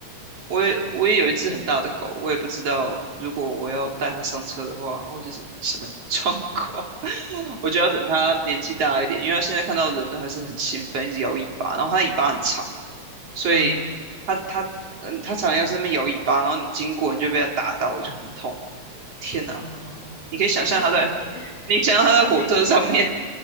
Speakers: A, on the right; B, on the left.
A: 我也我也有一只很大的狗，
B: 就
A: 我也不知道如果我要带它上车的话，会是什么状况。<laughs> 我就要等它年纪大一点，因为它现在看到人都还是很兴奋，一直摇尾巴，然后它尾巴很长，所以它它嗯，
B: 嗯哼，
A: 它常常要是那边摇尾巴，然后你经过你就被它打到，我就很痛。天呐，
B: 哦，
A: 你可以想象它在，
B: 我可以理解，<laughs>
A: 你想象它在火车上面。
B: 我也可以理解那种，